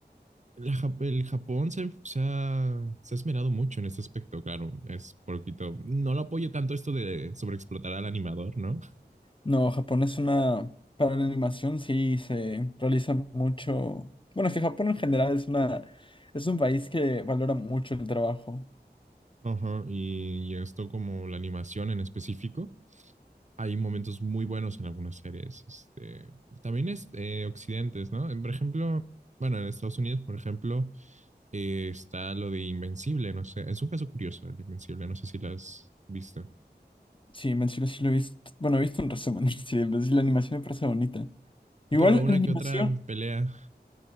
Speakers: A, on the right; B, on the left.
A: la Jap- el Japón se, se ha, se ha esmerado mucho en este aspecto, claro, es poquito, no lo apoyo tanto esto de sobreexplotar al animador, ¿no?
B: No, Japón es una... Para la animación sí se realiza mucho... Bueno, es que Japón en general es una... Es un país que valora mucho el trabajo.
A: Ajá, y, y esto como la animación en específico hay momentos muy buenos en algunas series. Este, también es eh, occidentes, ¿no? Por ejemplo, bueno, en Estados Unidos, por ejemplo, eh, está lo de Invencible, no sé, es un caso curioso el de Invencible, no sé si lo has visto.
B: Sí, en sí lo sí lo he visto... Bueno, he visto un resumen. <laughs> Sí, en sí la animación me parece bonita. Igual
A: Pero una
B: la animación...
A: que otra pelea,